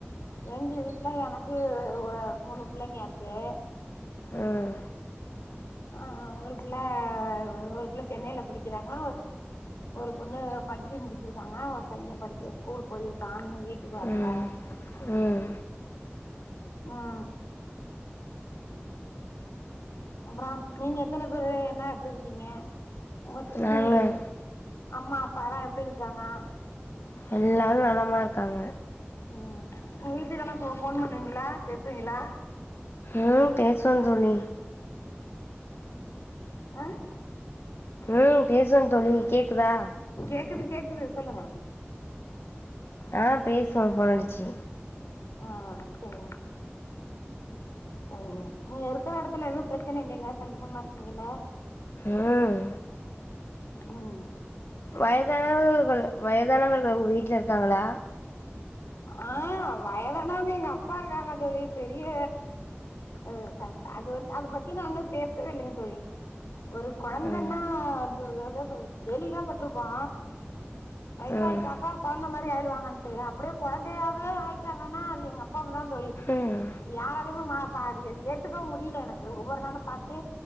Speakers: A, on the left; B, on the left.
A: எங்க வீட்ல எனக்கு ஒ மூணு பிள்ளைங்க இருக்கு
B: ம்
A: ஆஹ் ஒரு பிள்ள ஒரு பிள்ள சென்னைல படிக்கிறாங்க ஒரு பொண்ணு படிச்சு முடிச்சிருக்காங்க ஒரு பையன் படிக்க ஸ்கூல் போயிருக்கா இன்னு வீட்டுக்கு வரல
B: ம் ம்
A: உம் அப்புறோ நீங்க எத்தன பேரு என்ன எப்டி இருக்கீங்க ஆன் சுத்தி
B: நாங்க
A: அம்மா அப்பாலா எப்டி இருக்காங்க
B: எல்லாரு நலமா இருக்காங்க
A: உம் உங்க வீட்டுக்கெல்லா ஃபோ ஃபோன் பண்ணுவீங்களா பேசுவீங்களா
B: ம் பேசுவே தோழி
A: ஆஹ்
B: ம் பேசுவோம் தோழி கேக்குதா
A: கேக்குது கேக்குது சொல்லுங்க
B: ஆஹ் பேசுவோம் ஃபோனடிச்சு
A: ஆஹ் சேரிங்க நீங்க இருக்குற எடத்துல எதும் பிரச்சன இல்லைல சந்தோசமா இருக்கீங்கல்ல
B: ம்
A: உம்
B: வயதானவர்கள் வயதானவர்கள் உங்க வீட்ல இருக்காங்களா
A: ஆஹ் வயதானவங்க எங்க அப்பா இருக்காங்க தோழி பெரிய ஒ சங் அது வந்து அத பத்தி நா இன்னு பேசவே இல்லைங்க தோழி ஒரு கொழந்தன்னா
B: ம்
A: அதாவது கேள்விதா பட்ருக்கோ வயசாயிட்டாக்கா
B: ம்
A: கொழந்த மாரி ஆயிடுவாங்கன்ட்டு அப்டியே கொழந்தையாவே ஆயிட்டாங்கன்னா அது எங்க அப்பாம்மாதா தோழி
B: ம்
A: அது யாராலையுமே மா பா அது அது ஏத்துக்கவே முடியல எனக்கு ஒவ்வொரு நாளும் பாத்து